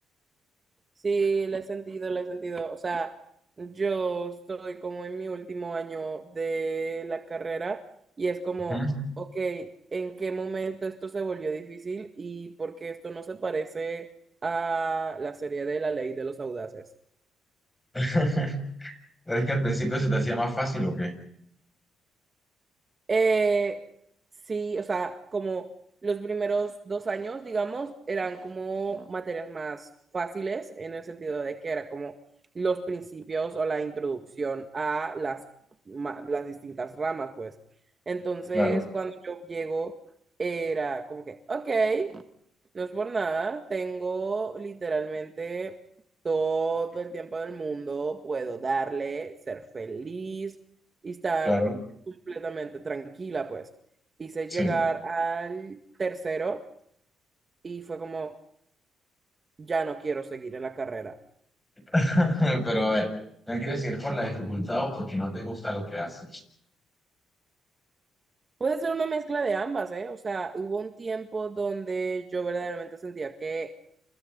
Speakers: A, on the right; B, on the left.
A: Sí, le he sentido, le he sentido, o sea, yo estoy como en mi último año de la carrera y es como,
B: Ujú.
A: ok, ¿en qué momento esto se volvió difícil y por qué esto no se parece a la serie de La Ley de los Audaces?
B: <laughs> Pero es que al principio se te hacía más fácil o qué?
A: Eh, sí, o sea, como los primeros dos años, digamos, eran como materias más fáciles en el sentido de que era como los principios o la introducción a las, ma- las distintas ramas, pues. Entonces,
B: Claro,
A: cuando yo llego, era como que, ok. No es por nada, tengo literalmente todo el tiempo del mundo, puedo darle, ser feliz y estar
B: claro,
A: completamente tranquila, pues. Hice
B: sí.
A: llegar al tercero y fue como, ya no quiero seguir en la carrera.
B: <laughs> Pero a ver, no quieres ir por la dificultad o porque no te gusta lo que haces.
A: Puede ser una mezcla de ambas, ¿eh? O sea, hubo un tiempo donde yo verdaderamente sentía que